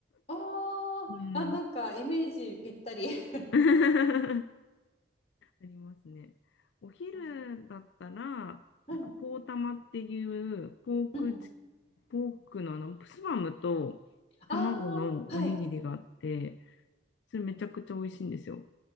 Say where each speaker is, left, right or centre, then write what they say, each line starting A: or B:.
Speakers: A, on the left; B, on the left.
A: あ
B: <laughs> うん。
A: ー、あ、なんかイメージぴったり。<laughs>
B: <laughs> ありますね。お昼だったら、
A: あはい。
B: なんかポーたまっていうポークチ、
A: うんうん
B: ポークのあのスパムと卵のおにぎりがあって、
A: ああ、はい。
B: それめちゃくちゃ美味しいんですよ。